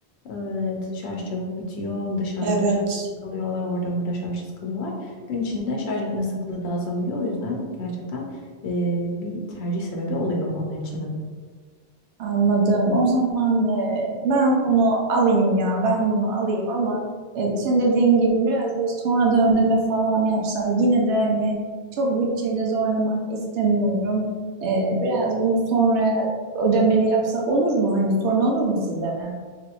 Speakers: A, on the left; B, on the right.
A: E, t- şarj çabuk bitiyor. Dışarıda
B: Evet.
A: şarjsız kalıyorlar, orada burada şarjsız kalıyorlar. Gün içinde şarj etme sıklığı da azalıyor. O yüzden gerçekten e, bir tercih sebebi oluyor onlar için de bu.
B: Anladım. O zaman e, ben bunu alayım ya. Ben bunu alayım ama e, senin dediğin gibi biraz böyle sonradan ödeme falan yapsak yine de hani çok bütçeyi de zorlamak istemiyorum. E, biraz bunu sonra ödemeli yapsak olur mu? Hani sorun olur mu size?